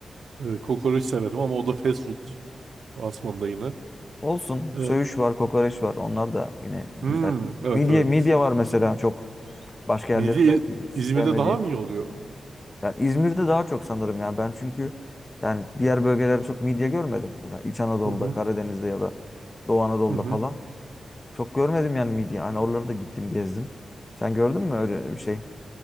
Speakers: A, on the right; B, on the left.
A: E, kokoreç severim ama o da fast food. Asman'da yine.
B: Olsun.
A: E,
B: Söğüş var, kokoreç var. Onlar da yine güzel.
A: hmm, evet
B: Midye,
A: evet.
B: midye var mesela çok. Başka yerlerin
A: Midye İ-
B: belki sevmediği.
A: İzmir'de daha mı iyi oluyor?
B: Yani İzmir'de daha çok sanırım ya. Ben çünkü yani diğer bölgelerde çok midye görmedim. Mesela İç Anadolu'da,
A: Hı hı.
B: Karadeniz'de ya da Doğu Anadolu'da
A: Hı hı.
B: falan. Çok görmedim yani midye. Hani oraları da gittim gezdim. Sen gördün mü öyle bir şey